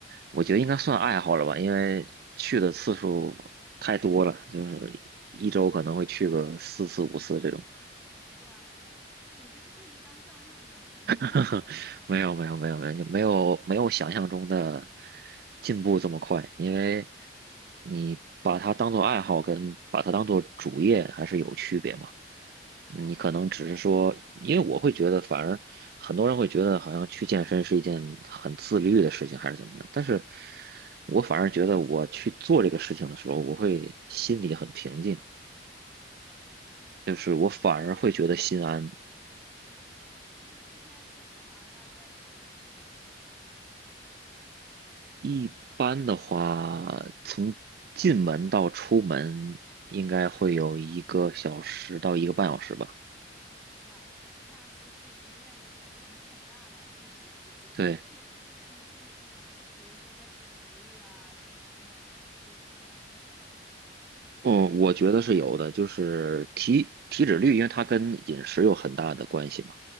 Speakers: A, on the right (about 55°); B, in the centre.
A: 我觉得应该算爱好了吧，因为去的次数太多了，就是一周可能会去个四次五次这种。
B: 哇塞，那你这是可以当教练的程度了。
A: <laughs>
B: <laughs>
A: 没有没有没有没有，就没有没有想象中的进步这么快，因为你把它当做爱好跟把它当做主业还是有区别嘛。你可能只是说，
B: 嗯，你，
A: 因为我会觉得，反而很多人会觉得好像去健身是一件很自律的事情，还是怎么样。但是我反而觉得，我去做这个事情的时候，我会心里很平静，
B: 你，
A: 就是我反而会觉得心安，
B: 你每次，哦，你每次在健身房要待多长时间训练？
A: 一般的话，从进门到出门应该会有一个小时到一个半小时吧。
B: 哇塞，那其实已经练的强度很大了。你是最近几个月有明显的进步吗？
A: 对，
B: 比如说在体脂率啊各方面，可以看到明显的这个，
A: 嗯，我觉得是有的，就是体体脂率，因为它跟饮食有很大的关系嘛。